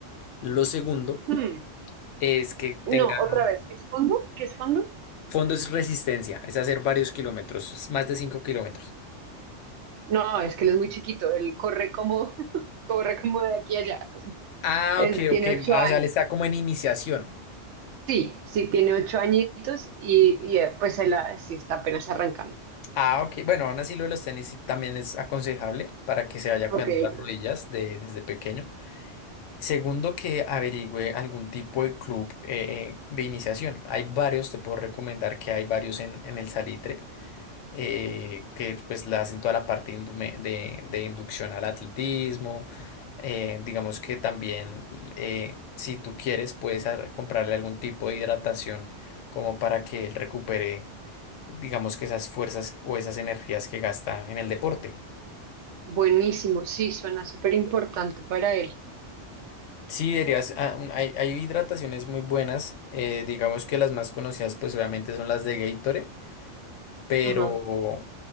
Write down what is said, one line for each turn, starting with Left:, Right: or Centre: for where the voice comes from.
Left: Lo segundo
Right: Hmm.
Left: es que
Right: No,
Left: tengan
Right: otra vez, ¿qué es fondo? ¿Qué es fondo?
Left: fondo es resistencia, es hacer varios kilómetros, es más de 5 kilómetros.
Right: No, es que él es muy chiquito, él corre como, <laughs> corre como de aquí a allá.
Left: Ah,
Right: Es-
Left: ok,
Right: tiene
Left: ok.
Right: ocho
Left: Ah,
Right: años.
Left: o sea, le está como en iniciación.
Right: Sí, sí, tiene ocho añitos y, y, eh, pues él ah, sí está apenas arrancando.
Left: Ah, ok. Bueno, aún así lo de los tenis sí también es aconsejable para que se vaya
Right: Ok,
Left: cuidando las
Right: ok.
Left: rodillas de- desde pequeño. Segundo, que averigüe algún tipo de club eh, de iniciación. Hay varios, te puedo recomendar que hay varios en, en el Salitre, eh, que pues le hacen toda la parte indume- de, de inducción al atletismo. Eh, digamos que también, eh, si tú quieres, puedes ar- comprarle algún tipo de hidratación como para que él recupere, digamos que esas fuerzas o esas energías que gasta en el deporte.
Right: Buenísimo, sí, suena súper importante para él.
Left: Sí, dirías, ah, un- hay, hay hidrataciones muy buenas, eh, digamos que las más conocidas pues obviamente son las de Gatorade, pero,
Right: Ajá.